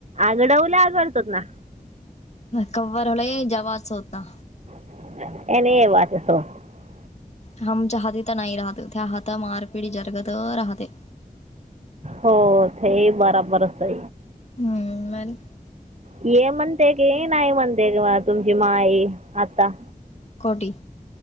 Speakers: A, on the right (about 50°); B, on the left (about 50°).
A: आगडवल्या आगडतात ना
B: कवरुले जवास स्वतः
A: <unintelligible>
B: हम चाह तिथ नाही रहात <unintelligible> राहते
A: हो थै बराबरच है
B: ह्म्म <unintelligible>
A: ये म्हणते की नाही म्हणते जेवा तुमची माय ये आता
B: खोटी